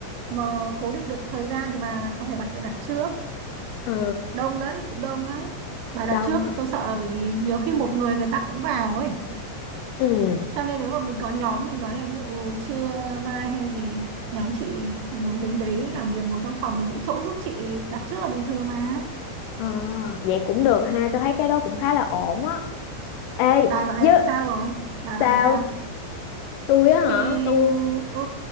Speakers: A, on the right; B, on the left.
A: mà cố định được thời gian thì bà có thể đặt đặt trước
B: Ờ,
A: đông đấy cũng đông đấy bà
B: đông
A: đặt trước
B: à.
A: thì tôi sợ là bởi vì nhiều khi một người người ta cũng vào ấy
B: ừ
A: cho nên nếu mà mình có nhóm mình nói là ví dụ ừ, trưa mai hay gì nhóm chị muốn đến đấy làm việc ngồi trong phòng thì giữ chỗ giúp chị đặt trước là bình thường mà
B: Ờ, vậy cũng được ha, tôi thấy cái đó cũng khá là ổn á. Ê,
A: bà dạo này
B: chứ
A: sao rồi bà
B: sao
A: dạo này sao
B: tôi á hả
A: thì
B: tôi
A: ừ